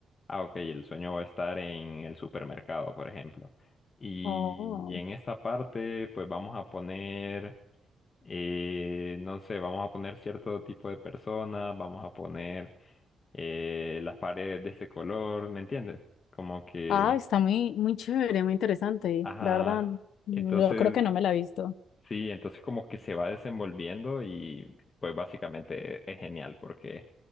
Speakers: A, on the left; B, on the left.
A: ah, ok, el sueño va a estar en el supermercado, por ejemplo. Y,
B: oh.
A: y en esta parte, pues vamos a poner, eh, no sé, vamos a poner cierto tipo de personas, vamos a poner eh, las paredes de ese color, ¿me entiendes? Como que,
B: Ah, está muy, muy chévere, muy interesante,
A: ajá.
B: la verdad. mm,
A: Entonces,
B: Yo creo que no me la he visto.
A: Sí, entonces como que se va desenvolviendo y pues básicamente es genial porque